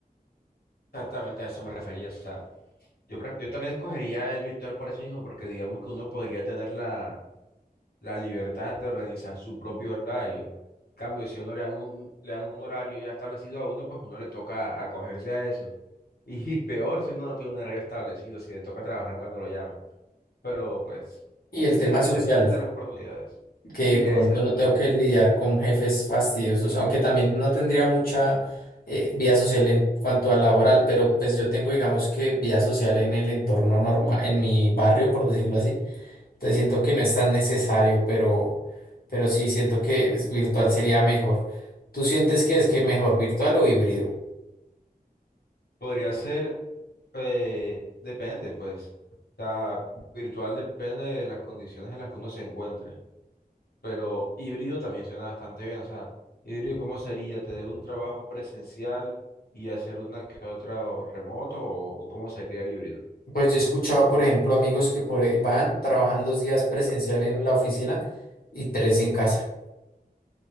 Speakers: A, on the left (about 80°); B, on the left (about 65°).
A: Exactamente a eso me refería, o sea. Yo, pre- yo también escogería el virtual por eso mismo, porque digamos que uno podría tener la, la libertad de organizar su propio horario. En cambio, si a uno le dan un, le dan un horario ya establecido a uno, pues uno le toca acogerse a eso. <laughs> Y peor si uno no tiene un horario establecido, si le toca trabajar cuando lo llaman. Pero pues
B: Y el
A: sí,
B: tema
A: también
B: social,
A: dependen de las oportunidades.
B: que de
A: Sí,
B: pronto
A: esa misma
B: no tengo
A: también.
B: que lidiar con jefes fastidiosos, aunque también no tendría mucha eh, vida social en cuanto a laboral, pero pues yo tengo, digamos que vida social en el entorno normal, en mi barrio, por decirlo así Te siento que no es tan necesario, pero, pero sí siento que es virtual sería mejor. ¿Tú sientes que es que mejor virtual o híbrido?
A: Podría ser, eh, depende, pues. O sea, virtual depende de las condiciones en las que uno se encuentre. pero híbrido también suena bastante bien. O sea, híbrido, ¿cómo sería? ¿Tener un trabajo presencial y hacer una que otra o remoto? ¿O cómo sería el híbrido?
B: Pues yo he escuchado, por ejemplo, amigos que por, e- van, trabajan dos días presencial en la oficina y tres en casa.